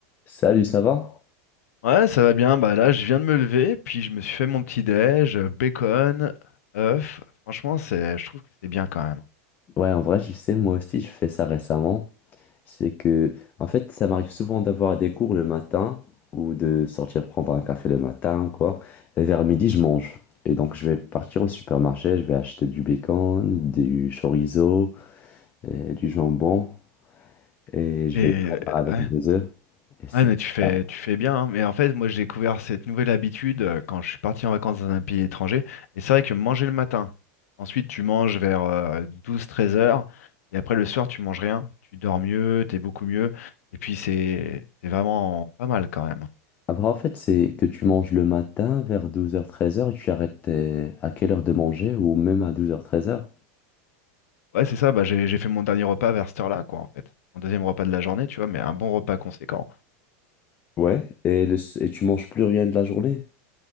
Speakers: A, on the left (about 20°); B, on the left (about 85°).
A: Salut, ça va?
B: Ouais, ça va bien. Bah là, je viens de me lever, puis je me suis fait mon petit déj, euh, bacon, œuf. Franchement, c'est, je trouve que c'est bien quand même.
A: Ouais, en vrai, je sais, moi aussi, je fais ça récemment. C'est que, en fait, ça m'arrive souvent d'avoir des cours le matin ou de sortir prendre un café le matin ou quoi. Et vers midi, je mange. Et donc, je vais partir au supermarché, je vais acheter du bacon, du chorizo, et du jambon et je
B: Et
A: vais le préparer
B: euh,
A: avec
B: ouais,
A: des œufs. Et c'est
B: ouais, mais tu fais,
A: ça.
B: tu fais bien. hein. Mais en fait, moi, j'ai découvert cette nouvelle habitude euh, quand je suis parti en vacances dans un pays étranger. Et c'est vrai que manger le matin, ensuite tu manges vers 12-13 heures, et après le soir, tu manges rien. Tu dors mieux, t'es beaucoup mieux. Et puis c'est, c'est vraiment pas mal quand même.
A: Après, en fait, c'est que tu manges le matin vers 12 heures 13 heures et tu arrêtes euh, à quelle heure de manger ou même à 12 heures 13 heures
B: Ouais, c'est ça, bah, j'ai j'ai fait mon dernier repas vers cette heure-là, quoi, en fait. Mon deuxième repas de la journée, tu vois, mais un bon repas conséquent.
A: Ouais, et, le s- et tu manges plus rien de la journée?